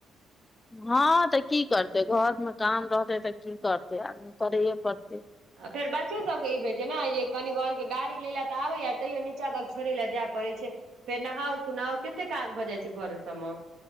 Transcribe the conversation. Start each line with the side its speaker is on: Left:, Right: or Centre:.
Left: हँ तऽ की करतै घरमे काम रहतै तऽ की करतै आदमी करैए पड़तै
Right: आ फेर बच्चो सबके ई होइ छै नऽ जे कनी कहलक गाड़ी लै लऽ तऽ आबै यऽ तैयो नीचा तक छोड़ै लऽ जाय पड़ै छै फेर नहाउ सुनाउ केत्ते काज भऽ जाइ छै घर सब मऽ